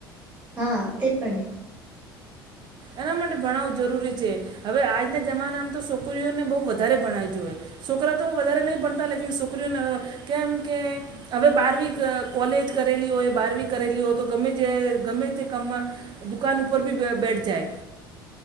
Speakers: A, on the right; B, on the right.
A: હા, તે પણે.
B: એના માટે ભણાવવું જરૂરી છે, હવે આજના જમાનામ તો સોકરીઓને બહુ વધારે ભણાવી જોએ. સોકરા તો વધારે નહી ભણતા લેકીન સોકરીઓને <unintelligible> કેમ કે હવે બારવી ક-કોલેજ કરેલી હોય, બારવી કરેલી હોય તો ગમે તે ગમે તે કમમાં દુકાન ઉપર બી બ-બેઠ જાય,